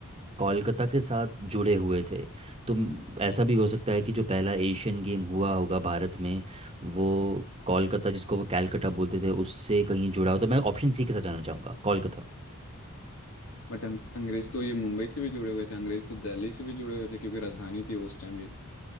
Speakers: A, on the right; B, on the left.
A: कोलकाता के साथ जुड़े हुए थे तो म- ऐसा भी हो सकता है कि जो पहला एशियन गेम हुआ होगा भारत में वो कोलकाता जिसको वो कैलकटा बोलते थे उससे कहीं जुड़ा हो तो मैं ऑप्शन सी के साथ जाना चाहूँगा कोलकाता
B: बट अं- अंग्रेज तो ये मुंबई से भी जुड़े हुए थे अंग्रेज तो दिल्ली से भी जुड़े हुए थे क्योंकि राजधानी थी वो उस टाइम भी